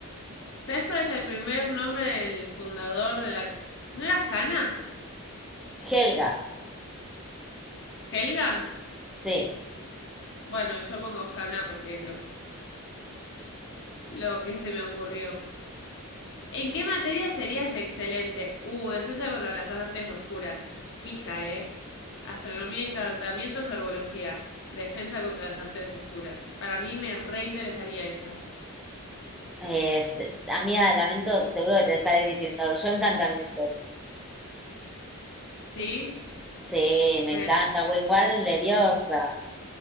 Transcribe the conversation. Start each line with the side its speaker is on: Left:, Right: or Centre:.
Left: ¿Sabes cuál es el primer nombre del fundador de la... ¿No era Hanna?
Centre: Helga,
Left: ¿Helga?
Centre: sí.
Left: Bueno, yo pongo Hanna porque es lo, lo que se me ocurrió. ¿En qué materia serías excelente? Uh, defensa contra las artes oscuras. Fija, ¿eh? Astronomía, encantamientos o herbología. Defensa contra las artes oscuras. Para mí me reinteresaría esa.
Centre: Es, amiga, lamento, seguro que te sale Gryffindor. Yo encantamientos.
Left: ¿Sí?
Centre: Sí,
Left: Me...
Centre: me encanta. Wingardium Leviosa.